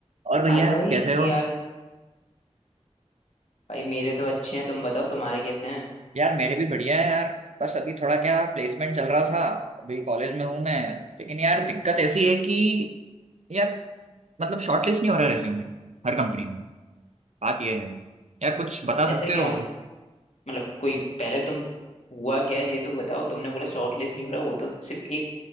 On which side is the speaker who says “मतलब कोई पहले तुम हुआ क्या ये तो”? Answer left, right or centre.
Left